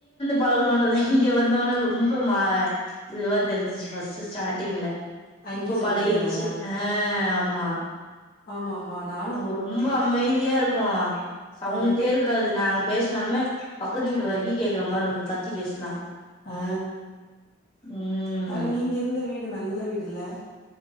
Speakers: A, on the left; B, on the left.
A: பழகனோன தா இங்க வந்தவன ரொம்ப மா இதுவா தெரிஞ்சிச்சு பஸ்ட் ஸ்டாட்டிங்ல
B: அங்கே
A: இப்போ
B: சொல்றியா?
A: பழகிடுச்சி அ ஆமா
B: ஆமா ஆமா நா
A: அங்க ரொம்ப அமைதியா இருக்கும்மா சவுண்டே
B: ஆ
A: இருக்காது நாங்க பேசினாலுமே பக்கத்து வீடு வரைக்கு கேக்குற மாரி இருக்கு கத்தி பேசுனா
B: அ
A: ம்
B: ஆனா நீங்க இருந்த வீடு நல்ல வீடு இல்ல